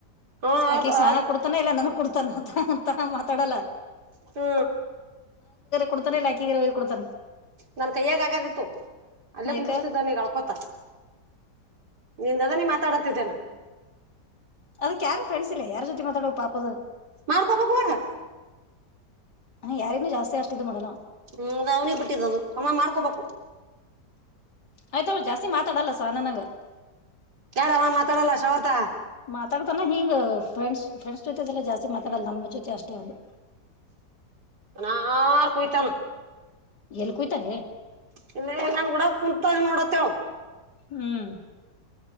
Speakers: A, on the right; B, on the left.
A: ಹ್ಮ
B: ಅಕಿಗ
A: ಅದ್
B: ಸಾಲಾ
A: ಅದ್
B: ಕೊಡ್ತಾನ ಇಲ್ಲ ನನ ಕೊಡ್ತಾನ ಅಂತ ಮಾತಾಡಲ್ಲ
A: ಹ್ಮ
B: ಕೊಡ್ತಾನೆ ಇಲ್ಲರಾ ಅಕ್ಕಿಗ ವೈದು ಕೂಡ್ತಾನ
A: ನನ್ ಕೈಯ್ಯಾಗ ಆಗಾದಿತ್ತು ಅಲ್ಲೇ ಕುಂದ್ರಸ್ತಿದ್ದಾನಗ
B: ಯಾಕ
A: ಅಳ್ಕೊತ ನಿಂದದ ನೀ ಮಾತಾಡತಿದ್ದೇನ
B: ಅದಕ ಯಾರ ಫ್ರೆಂಡ್ಸ್ ಇಲ್ಲ ಯಾರ ಜೊತೆ ಮಾತಾಡಬೇಕು ಪಾಪ ಅದು
A: ಮಾಡ್ಕೋಬೇಕು ಇವಾಗ
B: ಅ ಯಾರನ್ನೂ ಜಾಸ್ತಿ ಅಷ್ಟ ಇದು ಮಾಡಲ್ಲ ಅವ್ವ
A: ಹ್ಮ ಅವ್ನಿ ಬಿಟ್ಟಿದ್ದದು ಅವ ಮಾಡ್ಕೋಬೇಕು
B: ಆಯ್ತ ಜಾಸ್ತಿ ಮಾತಾಡಲ್ಲ ಸ ನನ್ಗ
A: ಯಾರ್ ಅವ ಮಾತಾಡಲ್ಲ ಶವಂತ
B: ಮಾತಾಡ್ತಾನ ಹಿಂಗ ಫ್ರೆಂಡ್ಸ್ ಫ್ರೆಂಡ್ಸ್ ಜೊತೆದೆಲ್ಲ ಜಾಸ್ತಿ ಮಾತ ಆಡಲ್ಲ ನಮ್ಮ ಜೊತೆ ಅಷ್ಟ ಅದು
A: ಮನಾರ್ ಕುಯತಾನ
B: ಎಲ್ಲಿ ಕುಯ್ತಾನೆ
A: ಇಲ್ಲ ನನ್ ಕೂಡ ಕುೂಂತ ನೋಡ ಅಂತ ಹೇಳು
B: ಹ್ಮ್